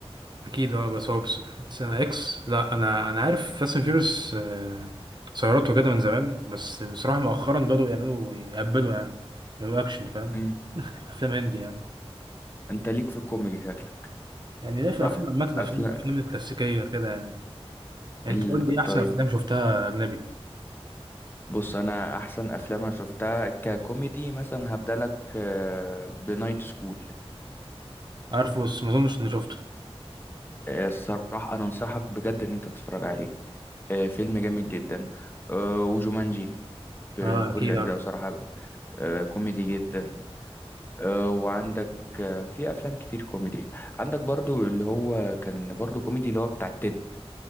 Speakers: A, on the right; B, on the left.
A: اكيد اه بس هو بس سنة اكس لا انا انا عارف فاست اند فيوريوس سيارات وكده من زمان بس بصراحه مؤخرا بدأوا يعملوا يهبلوا يعني يعملوا اكشن فاهم
B: امم
A: <laughs> افلام هندي يعني
B: انت ليك في الكوميدي شكلك
A: يعني ليه في
B: صح
A: افلام عامه
B: افلام
A: افلام الافلام الكلاسيكيه كده يعني يعني
B: ال...
A: انت قول لي إيه احسن
B: طيب
A: افلام شفتها اجنبي
B: بص انا احسن افلام انا شفتها ككوميدي مثلا هبدأ لك بنايت سكول
A: عارفه بس ما اظنش اني شفته
B: الصراحة انا انصحك بجد ان انت تتفرج عليه آه، فيلم جامد جدا آه، وجومانجي بكل
A: اه اكيد
B: اجزائه
A: عارف
B: صراحة آه، كوميدي جدا آه، وعندك آه، في افلام كتير كوميدي عندك برضو اللي هو كان برضو كوميدي اللي هو بتاع تيد